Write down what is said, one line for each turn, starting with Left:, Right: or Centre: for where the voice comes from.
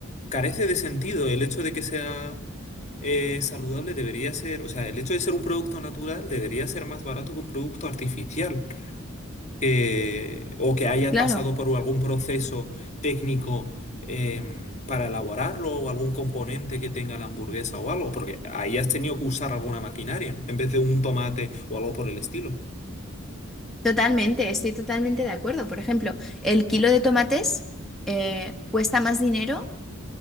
Left: carece de sentido el hecho de que sea eh, saludable debería ser, o sea, el hecho de ser un producto natural debería ser más barato que un producto artificial eh, o que haya
Centre: claro,
Left: pasado por algún proceso técnico em, para elaborarlo o algún componente que tenga la hamburguesa o algo, porque ahí has tenido que usar alguna maquinaria en vez de un tomate o algo por el estilo.
Centre: totalmente, estoy totalmente de acuerdo. Por ejemplo, el kilo de tomates eh, cuesta más dinero